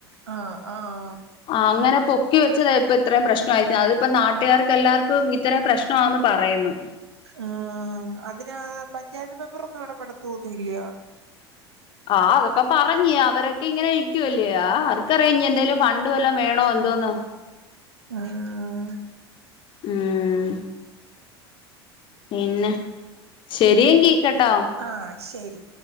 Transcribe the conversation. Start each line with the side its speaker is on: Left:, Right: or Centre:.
Right: ആഹ ആഹ്
Left: ആ അങ്ങന പൊക്കി വെച്ചത് ഇപ്പ ഇത്രയും പ്രശ്നമായിരിക്കിന്നെ അതിപ്പം നാട്ട്ക്കാർക്കെല്ലാർക്കും ഇത്രയും പ്രശ്നാന്ന് പറയുന്ന്
Right: ആ അതിന് പഞ്ചായത്ത് മെമ്പറെ ഒന്നും എടപടത്തോന്നില്ല
Left: ആഹ് അതൊക്കെ പറഞ് അവരൊക്കെ ഇങ്ങനെ ഇക്കുവല്ലേ ആ ആർക്കറിയാ ഇഞ്ഞി എന്തേലു ഫണ്ടും വല്ലോം വേണോ എന്തോന്ന്
Right: ആഹ്
Left: ഉം പിന്നെ ശരിയെങ്കി കേട്ടോ
Right: ആഹ ശെരി